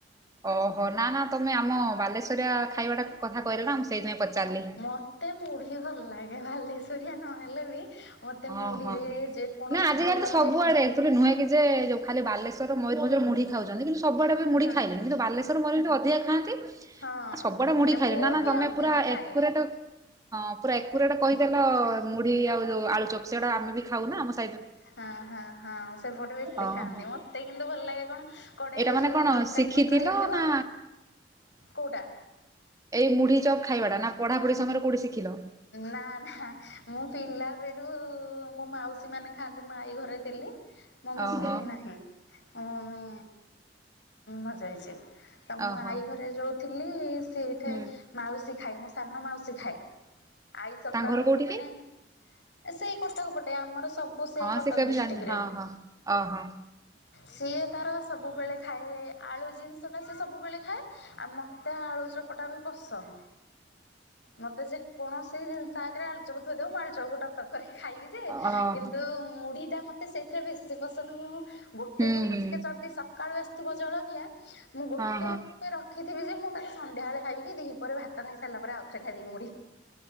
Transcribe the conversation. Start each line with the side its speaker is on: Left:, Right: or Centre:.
Right: ଓହୋ ନା ନା ତମେ ଆମ ବାଲେଶ୍ୱରିଆ ଖାଇବାଟା କଥା କହିଲ ନା ମୁଁ ସେଇଥିପାଇଁ ପଚାରିଲି।
Left: ମୋତେ ମୁଢ଼ି ଭଲ ଲାଗେ ବାଲେଶ୍ୱରିଆ ନହେଲେ ବି ମତେ
Right: ଅଁ
Left: ମୁଢିରେ
Right: ହଁ
Left: ଯେକୌଣସି
Right: ନା ଆଜିକାଲି
Left: ଝୋଳ
Right: ତ ସବୁଆଡେ
Left: ହେଇଥିବ
Right: ଏକ୍ଚୁଲି ନୁହେଁ କି ଯେ ଯୋଉ ଖାଲି ବାଲେଶ୍ ଶର ମୟୂରଭଞ୍ଜ ମୁଢ଼ି ଖାଉଛନ୍ତି କିନ୍ତୁ ସବୁ ଆଡ଼େ ବି ମୁଢ଼ି
Left: ହଁ
Right: ଖାଇଲେଣି କିନ୍ତୁ ବାଲେଶ୍ୱର ମୟୂରଭଞ୍ଜ ଅଧିକା ଖାଆନ୍ତି
Left: ହଁ
Right: ଆ ସବୁଆଡ଼େ ମୁଢ଼ି ଖାଇଲେଣି
Left: ମୁଁ
Right: ନା ନା
Left: ବି
Right: ତମେ
Left: ଅଧିକା
Right: ଏକ୍ୱେରେଟେ
Left: ଖାଏ।
Right: ହଁ ପୁରା ଏକ୍ୱେରେଟେ କହିଦେଲ ମୁଢ଼ି ଆଉ ଯୋଉ ଆଳୁ ଚପ ସେଉଡ଼ା ଆମେ ବି ଖାଉ ନା ଆମ ସ୍
Left: ହଁ ହଁ ହଁ ସେପଟେ ବେଶି
Right: ଓହୋ
Left: ଖାଆନ୍ତି ମତେ କିନ୍ତୁ ଭଲ ଲାଗେ କଣ କଡ଼େଇରେ
Right: ଏଇଟା ମାନେ
Left: ଯୋଉ
Right: କଣ
Left: ତରକାରୀ
Right: ଶିଖିଥିଲ
Left: ପତ୍ର ହେଇଥିବ
Right: ନା
Left: କୋଉଟା?
Right: ଏଇ ମୁଢ଼ି ଚପ୍ ଖାଇବା ଟା ନା ପଢ଼ାପଢ଼ି ସମୟରେ କୋଉଠି ଶିଖିଲ?
Left: ନା ନା ମୁଁ ପିଲା ବେଳୁ ମୋ ମାଉସୀ ମାନେ ଖାଆନ୍ତି ମୋ ଆଈ ଘରେ ଥିଲି। ମୋ ମମି
Right: ଓହୋ
Left: ନାହିଁ ମୋ ମମି ମରିଯିଇଛି। ତ ମୁଁ
Right: ଓହୋ
Left: ଆଈ ଘରେ ଯୋଉ ଥିଲି ସେଇଠେ
Right: ହୁଁ
Left: ମାଉସୀ ଖାଏ ମୋ ସାନ ମାଉସୀ ଖାଏ ଆଇ ସକାଳ
Right: ତାଙ୍କ ଘର
Left: ହବ
Right: କୋଉଠି
Left: ମାନେ
Right: କି?
Left: ଆ ସେଇ କଟକ ପଟେ ଆମର ସବୁ ସେଇ
Right: ହଁ
Left: କଟକ
Right: ସେ <unintelligible>
Left: ଡିଷ୍ଟ୍ରିକ୍ଟ
Right: ଜାଣିନି
Left: ରେ।
Right: ହଁ ହଁ ଅହ।
Left: ସିଏ ତାର ସବୁବେଳେ ଖାଏ ଆଳୁ ଜିନିଷ ଟା ସେ ସବୁବେଳେ ଖାଏ ଆମ ତେ ଆଳୁଚପ ଟା ବି ପସନ୍ଦ। ମତେ ଯେ କୌଣସି ଜିନିଷ ଆଗରେ ଆଳୁଚପ ଥୋଇଦେବ ମୁଁ ଆଳୁଚପ ଗୋଟା ଟକ ଖାଇବି ଯେ
Right: ଓହୋ
Left: କିନ୍ତୁ ମୁଢ଼ି ଟା ମତେ ସେଇଥିରେ ବେଶୀ ଶ୍ରୀ ପସନ୍ଦ ମୁଁ ଗୋଟେ
Right: ହୁଁ
Left: ହଉ
Right: ହୁଁ
Left: ପଛକେ ଯଦି ସକାଳୁ ଆସିଥିବ ଜଳଖିଆ ମୁଁ ଗୋଟେ
Right: ହଁ ହଁ
Left: ହଉ ରଖିଥିବି ଯେ ମୁଁ ତାକୁ ସନ୍ଧ୍ୟାବେଳେ ଖାଇବି କି ଦିହି ପହରେ ଭାତ ଖାଇ ସାରିଲା ପରେ ଆଉ। ସେ ଖାଲି ମୁଢ଼ି।